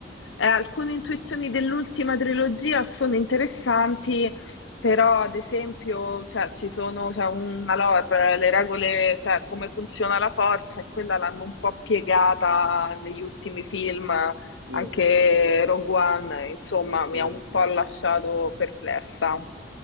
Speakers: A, on the left (about 80°); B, on the right (about 60°).
A: Eh, alcune intuizioni dell'ultima trilogia sono interessanti, però ad esempio, cioè, ci sono, c'è una lore, le regole, cioè come funziona la forza, e quella l'hanno un po' piegata negli ultimi film,
B: Sì,
A: anche Rogue One, insomma, mi
B: sì,
A: ha un
B: sì,
A: po'
B: sì.
A: lasciato perplessa.